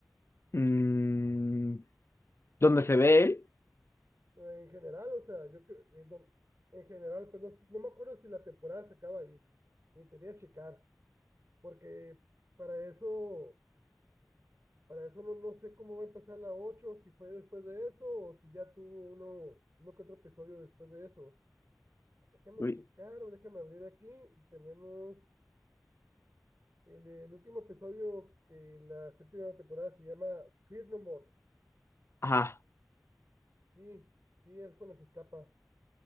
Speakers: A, on the left; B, on the right.
A: Mm, ¿dónde se ve él?
B: Eh, En general, o sea, yo creo, eh, no- en general, pues no, no me acuerdo si la temporada se acaba ahí. Ni tenía que checar, porque para eso Para eso no, no sé cómo va a empezar la 8 si fue después de eso o si ya tuvo uno, uno que otro episodio después de eso. Déjame
A: Uy,
B: checar, déjame abrir aquí. Tenemos el, el último episodio de la séptima temporada, se llama Fear No More.
A: Ajá,
B: Sí, sí, es cuando se escapa.